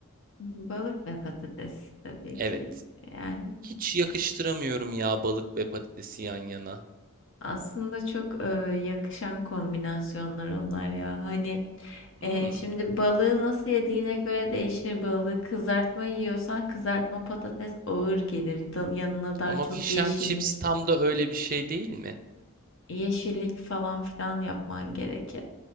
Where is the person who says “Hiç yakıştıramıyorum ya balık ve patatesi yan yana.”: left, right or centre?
Right